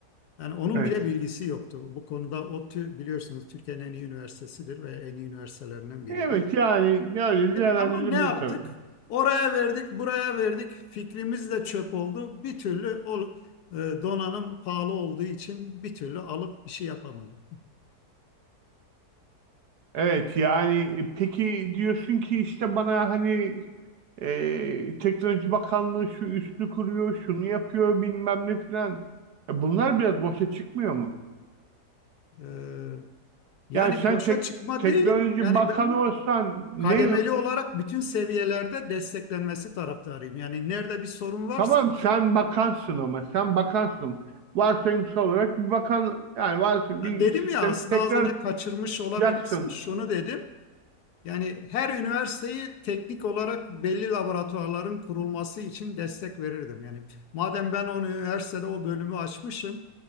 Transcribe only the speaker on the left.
Yani onun
bile bilgisi yoktu. Bu konuda ODTÜ biliyorsunuz Türkiye'nin en iyi üniversitesidir ve en iyi üniversitelerinden biridir.
Ama ne yaptık?
Oraya verdik, buraya verdik. Fikrimiz de çöp oldu. Bir türlü o e, donanım pahalı olduğu için bir türlü alıp işi yapamadık.
E, yani
boşa
çıkma
değil. Yani
ben
kademeli olarak bütün seviyelerde desteklenmesi taraftarıyım. Yani nerede bir sorun varsa
Ya dedim
ya aslında
az önce kaçırmış olabilirsin.
Şunu dedim. Yani her üniversiteyi teknik olarak belli laboratuvarların kurulması için destek verirdim. Yani madem ben o üniversitede o bölümü açmışım,